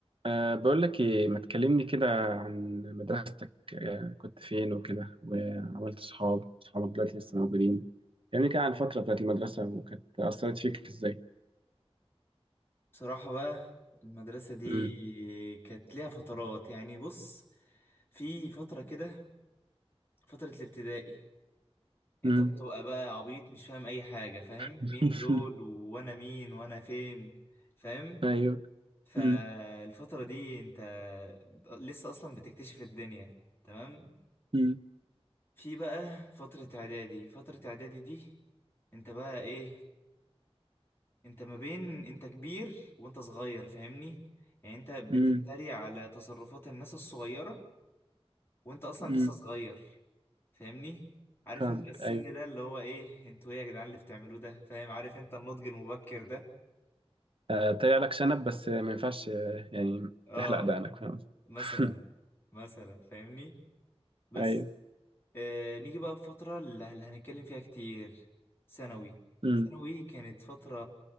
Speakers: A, on the right; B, on the left.
A: أه بقول لك إيه ما تكلمني كده عن مدرستك أه كنت فين وكده وعملت صحاب صحابك دلوقتي لسه موجودين كلمني كده عن الفترة بتاعت المدرسة وكانت أثرت فيك إزاي
B: بصراحة بقى المدرسة دي
A: مم.
B: كانت ليها فترات يعني بص في فترة كده فترة الابتدائي انت
A: مم.
B: بتبقى بقى عبيط مش فاهم اي حاجة فاهم
A: <laughs>
B: مين دول وانا مين وانا فين فاهم
A: أيوه
B: فالفترة
A: مم.
B: دي انت لسه اصلا بتكتشف الدنيا تمام
A: مم.
B: في بقى فترة اعدادي فترة اعدادي دي انت بقى ايه انت ما بين انت كبير وانت صغير فاهمني يعني انت بتتريق
A: مم.
B: على تصرفات الناس الصغيرة وانت اصلا
A: مم.
B: لسه صغير فاهمني عارف
A: فاهمك
B: انت السن
A: أيوه
B: ده اللي هو ايه انتوا ايه يا جدعان اللي بتعملوه ده فاهم عارف انت النضج المبكر ده
A: أه طلع لك شنب بس ما ينفعش آه، يعني
B: اه
A: تحلق دقنك فاهم
B: مثلا
A: <laughs>
B: مثلا فاهمني بس
A: أيوه
B: آه نيجي بقى في فترة اللي اللي هنتكلم فيها كتير ثانوي
A: مم.
B: ثانوي كانت فترة